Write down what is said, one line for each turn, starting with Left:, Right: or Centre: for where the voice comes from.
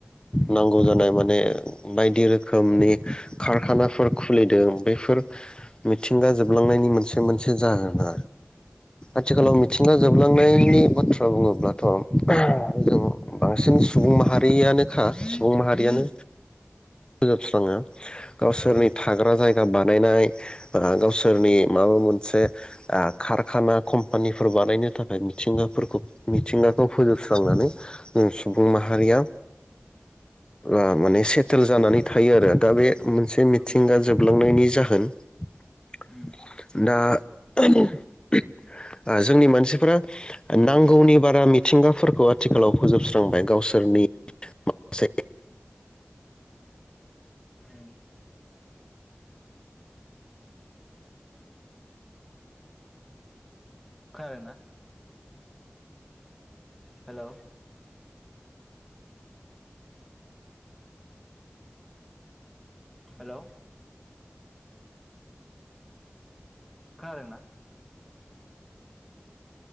Left: नांगौ जानाय माने बायदि रोखोमनि कारखानाफोर खुलिदों बेफोर मिथिंगा जोब जोबलांनायनि मोनसे मोनसे जाहोना आथिखालाव मिथिंगा जोबलांनायनि बाथ्रा बुङोब्लाथ ओह जों
Centre: उम
Left: बांसिन सुबुं माहारियानोखा सुबुं माहारियानो फोजोबस्राङो गावसोरनि थाग्रा जायगा बानायनाय ओ गावसोर सोरनि माबा मोनसे आ कारखाना कम्पानिफोर बानायनो थाखाय मिथिंगाफोरखौ मिथिंगाखौ फोजोबस्रांनानै सुबुं माहारिया ओ माने सेटेल जानानै थायो आरो दा बे मोनसे मिथिंगा
Centre: औ
Left: जोबलांनायनि जाहोन होन
Centre: उम
Left: <unintelligible> दा आहोम ओम जोंनि मानसिफोरा नांगौनि बारा मिथिंगाफोरखौ आथिखालाव फोजोबस्रांबाय गावसोरनि माखासे
Centre: उम खोनादोंना हेलौ हेलौ खोनादों ना